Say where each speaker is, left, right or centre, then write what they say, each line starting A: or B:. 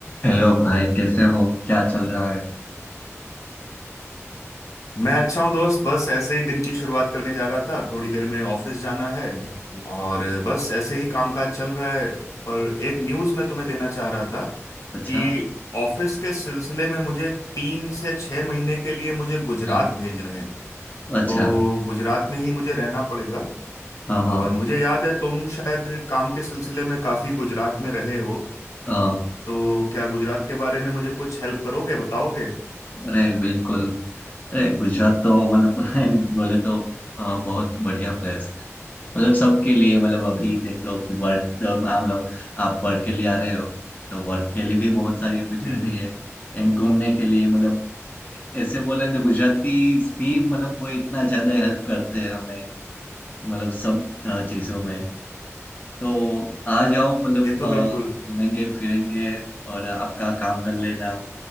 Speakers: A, on the left; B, on the left.
A: Hello भाई कैसे हो क्या चल रहा है
B: मैं अच्छा हूँ दोस्त बस ऐसे ही दिन की शुरुआत करने जा रहा था थोड़ी देर में ऑफिस जाना है
A: हम्म, हम्म,
B: और
A: हम्म।
B: बस ऐसे ही कामकाज चल रहा है पर एक न्यूज़ मैं तुम्हें देना चाह रहा था
A: अच्छा
B: कि ऑफिस के सिलसिले में मुझे तीन से छह महीने के लिए मुझे गुजरात
A: हाँ
B: भेज रहे हैं
A: अच्छा
B: तो गुजरात में ही मुझे रहना पड़ेगा
A: हाँ हाँ
B: और मुझे याद है तुम शायद काम के सिलसिले में काफ़ी गुजरात में रहे हो
A: हाँ,
B: तो क्या गुजरात के बारे में मुझे कुछ हेल्प करोगे बताओगे
A: अरे बिल्कुल अरे गुजरात तो मतलब <laughs> बोले तो हाँ, बहुत बढ़िया प्लेस है मतलब सबके लिए मतलब अभी देख लो कि वर्क जब हम लोग आप वर्क के लिए आ रहे हो तो वर्क के लिए भी बहुत सारी अपॉर्चुनिटी
B: हम्म हम्म
A: है एंड घूमने के लिए मतलब ऐ- ऐसे बोले तो गुजराती भी मतलब वो इतना ज्यादा हेल्प करते हैं हमें मतलब सब अ, चीजों में
B: हम्म।
A: तो आ जाओ मतलब
B: ये तो
A: अ,
B: बिल्कुल
A: घूमेंगे फिरेंगे और आपका काम कर लेना